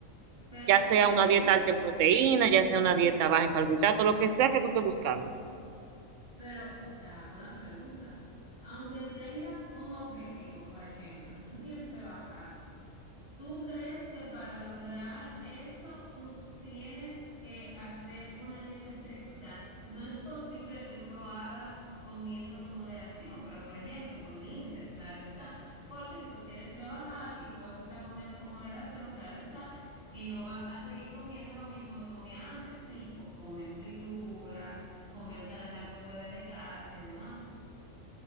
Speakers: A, on the left (about 20°); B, on the right (about 70°).
A: Pero
B: Ya
A: tú
B: sea
A: crees,
B: una dieta alta en proteína, ya sea una dieta baja en carbohidratos, lo que sea que tú estés buscando.
A: pero, o sea, una pregunta. Aunque tengas un objetivo, por ejemplo, si tú quieres rebajar, ¿Tú crees que para lograr eso tú tienes que hacer una dieta estricta? O sea, no es posible que tú lo hagas comiendo con moderación, pero por ejemplo, con límites, claro está. Porque si tú quieres rebajar y tú vas a estar comiendo con moderación, claro está que no vas a seguir comiendo lo mismo que comía antes, tipo comer frituras, comer cada rato fuera de casa y demás.